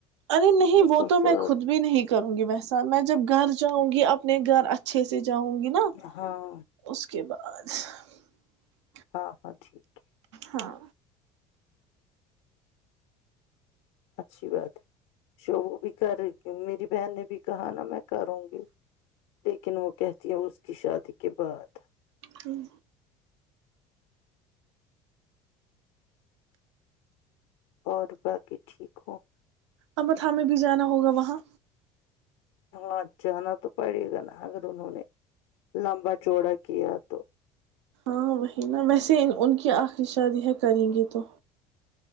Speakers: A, on the right; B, on the left.
A: ارے نہیں وہ
B: سسرال
A: تو میں خود بھی نہیں کروں گی ویسا میں جب گھر چاہوں گی اپنے گھر اچھے سے جاؤ گی نا
B: ہاں
A: اس کے بعد اچ
B: ہاں ہاں ٹھیک ہے
A: ہاں
B: اچھی بات ہے شوبو بھی کر رہی میری بہن نے بھی کہا نا میں کروں گی لیکن وہ کہتی ہیں اس کی شادی کے بعد
A: ہوں
B: اور باقی ٹھیک ہوں
A: امر تھا میں بھی جانا ہوگا وہاں
B: ہاں جانا تو پڑے گا نا اگر انہوں نے لمبا چوڑا کیا تو
A: ہاں وہی نا ویسے ان کی آخری شادی ہے کریں گے تو